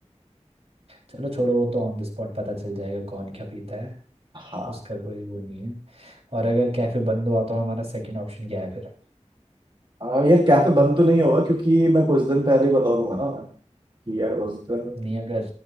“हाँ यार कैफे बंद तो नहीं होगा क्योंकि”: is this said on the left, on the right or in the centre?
Right